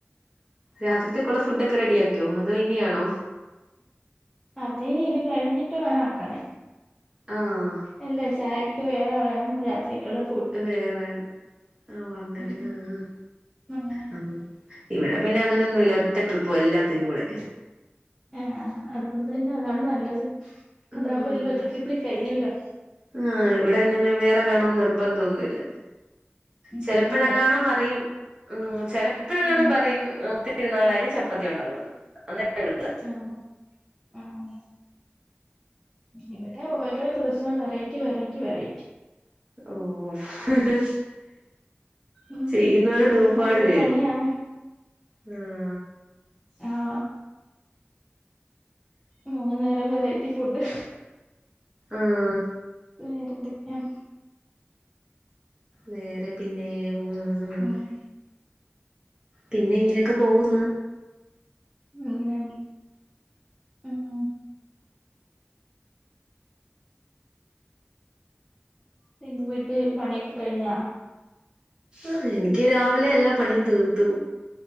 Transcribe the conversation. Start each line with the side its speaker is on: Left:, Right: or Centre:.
Right: രാത്രിത്തേക്കുള്ള ഫുഡൊക്കെ റെഡിയാക്കിയോ? അതോ ഇനിയാണോ?
Centre: അത് ഇത് കഴിഞ്ഞിട്ട് വേണാ ക്കാൻ.
Right: ആഹ്
Centre: അല്ല ചായക്ക് വേറെ വേണം രാത്രിയേക്കുള്ള ഫു
Right: ഡ് വേറെ വേണം ഓഹ് അങ്ങനെ
Centre: ഉം
Right: ആഹ്
Centre: അങ്ങനെ
Right: ആ ഇവിടെ പിന്നെ അങ്ങനൊന്നുല്ല ഒറ്റ ട്രിപ്പും എല്ലാത്തിനുകൂടെ.
Centre: ഏഹ് അതും തന്നെ അതാണ് നല്ലത് അതാകുമ്പെല്ലൊറ്റ
Right: ആഹ്
Centre: ട്രിപ്പ്ല് കഴിഞ്ഞല്ലോ.
Right: ആഹ് ഇവിടെന്നെങ്ങനെ വേറെ വേണോ നിർബ്ബന്തൊന്നുല്ല. ചെലപ്പോഴങ്ങാണും
Centre: ഇവിടെ
Right: പറയും ഉം ചെലപ്പ
Centre: ഊം
Right: പറയും നമുക്കിത്തിരിനാളായില്ലേ ചപ്പാത്തി ഒണ്ടാക്കാ ന്ന് <unintelligible>
Centre: ആണോ ആണോ? ഇവിടെ ഓരോ ദിവസം വെറൈറ്റി വെറൈറ്റി വെറൈറ്റി.
Right: ഓഹ്
Centre: ഉം
Right: ചെയ്യുന്നവരുടെ ഊപാട്
Centre: അതൊരു
Right: വെരും.
Centre: പണിയാണ്
Right: ആഹ്
Centre: ആഹ് മൂന്നുനേരം വെറൈറ്റി ഫുഡ്
Right: ആഹ്
Centre: വേറെന്തൊക്കയാ?
Right: വേറെ പിന്നെ ഉം ഉം ഉം
Centre: പിന്നെ
Right: പിന്നെ ഇങ്ങനെയൊക്കെ പോക്ന്ന്.
Centre: ഇങ്ങനെ ഉം പിന്നെ വീട്ട് പണിയൊക്കെ കയിഞ്ഞാ?
Right: ആഹ് എനിക്ക് രാവിലെ എല്ലാ പണിയും തീർത്തു.